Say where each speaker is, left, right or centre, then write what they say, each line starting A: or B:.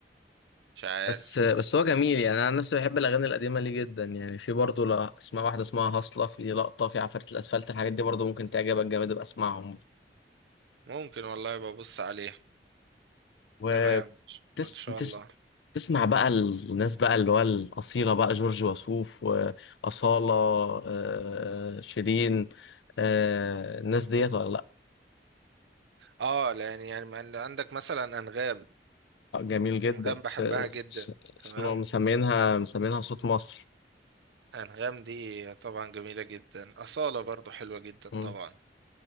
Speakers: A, on the right; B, on the left.
A: مش عارف
B: بس بس هو جميل يعني انا عن نفسي بحب الاغاني القديمه ليه جدا يعني في برضه لا اسمها واحده اسمها هصله في لقطه في عفارة الاسفلت الحاجات دي برضه ممكن تعجبك جامد ابقى اسمعهم
A: ممكن والله ببص عليه
B: وبتس
A: تمام ان شاء
B: بتس...
A: الله
B: تسمع بقى الناس بقى اللي هو الاصيله بقى جورج وسوف واصاله آه، شيرين آه، الناس ديت ولا لا
A: اه لان يعني ما عند- عندك مثلا انغام
B: آه، جميل جدا
A: انغام بحبها
B: س...
A: جدا
B: س...
A: تمام
B: اسمه مسمينها مسمينها صوت مصر
A: أنغام دي طبعا جميلة جدا أصالة برضو حلوة جدا
B: مم.
A: طبعا